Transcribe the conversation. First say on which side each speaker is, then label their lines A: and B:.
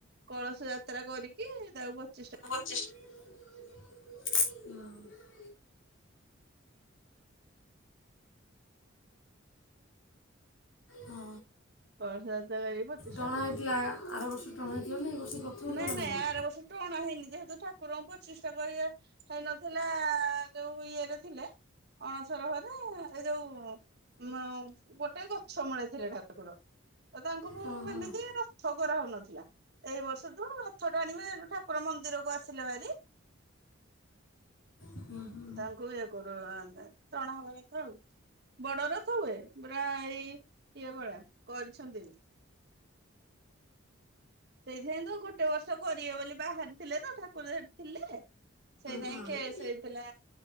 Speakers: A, on the right; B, on the left.
A: କଳସ ଯାତ୍ରା କରିକି ତାକୁ ପଚି ଶିଟା
B: <unintelligible> ହଁ
A: କଳସ ଯାତ୍ରା କରିକି ପଚିଶଟା
B: ଟଣା ହେଇଥିଲା ଆର ବର୍ଷ ଟଣା ହେଇଥିଲା ନା ଏ ବର୍ଷ ପ୍ରଥମେ
A: ନାଇଁ
B: ଟଣା
A: ନାଇଁ
B: ହବ।
A: ଆର ବର୍ଷ ଟଣା ହେଇନି ଯେହେତୁ ଠାକୁରଙ୍କୁ ପ୍ରଚିଷ୍ଟା କରିବେ ହେଇନଥିଲା ଯୋଉ ଇଏରେ ଥିଲେ ଅଣସରଘରେ ଏଇ ଯୋଉ ଉ ମ ଗୋଟେ ଗଛ ମୂଳେ ଥିଲେ ଠାକୁ ଠାକୁର, ତ ତାଙ୍କୁ
B: ହଁ ହଁ
A: ଏମିତି
B: ହୁଁ,
A: ରଥ କରା ହଉନଥିଲା, ଏଇ ବର୍ଷ ତ ରଥ ଟାଣିବେ ହେଟୁ ଠାକୁର ମନ୍ଦିର କୁ ଆସିଲେ ଭାରି।
B: ହୁଁ, ହୁଁ।
A: ତାଙ୍କୁ ଇଏ କରୁ ଟଣା ହବା କଥା ଆଉ। ବଡରଥ ହୁଏ, ପୁରା ଏଇ ଇଏ ଭଳିଆ କରିଛନ୍ତି ସେଇଥିଇଁ ତ ଗୋଟେ ବର୍ଷ କରିବେ ବୋଲି ବାହାରିଥିଲେ ତ, ଠାକୁର ହେଠି ଥିଲେ। ସେଇଥିପାଇଁ
B: ହୁଁ।
A: କେସ ହେଇଥିଲା